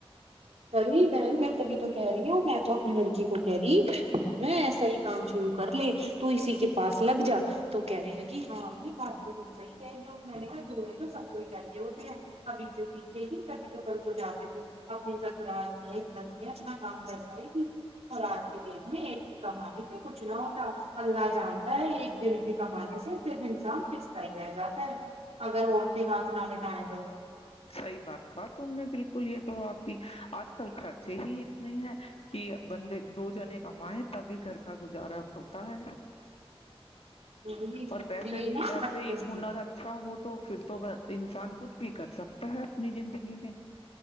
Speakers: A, on the right; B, on the left.
A: اے بہن میں تبھی تو کہہ رہی میں تو اپنی لڑکی کو کہہ رہی کہ ن ایسا ہی کام شرو کر لے تو اسی کے پاس لگ جا تو کہنے لگی ہاں امی بات تو تم صحی کہہ رہی ہو میں نے کہ جو ہے تو سب کو ہی چاہیے وہ تو ہے ابھی سے سیکھے گ کبھی تو کل کو جا اپنی چ <unintelligible> گھر میں اپنا کام کر پائی تھی اور آج کی ڈیٹ میں ایک کمانے سے کچھ نہ ہوتا اللہ جانتا ہے ایک دن کے کمانے سے صرف انسان پستا ہی رہ جاتا ہے اگر عورتیں ناک نہ گٹائیں <unintelligible>
B: صحیح بات کہا تم نے بالکل یہ تو آپ کی آج کل خرچے ہی اتنے ہیں کہ بندے دو جنے کمائے تبھی گھر کا گزارا ہوتا ہے
A: یہ
B: اور ویسے بھی
A: نا
B: ایسے
A: بچپن
B: ہی ہنر
A: سے
B: اچھا ہو تو پھر تو انسان کچھ بھی کر سکتا <inaudible> اپنی زندگی میں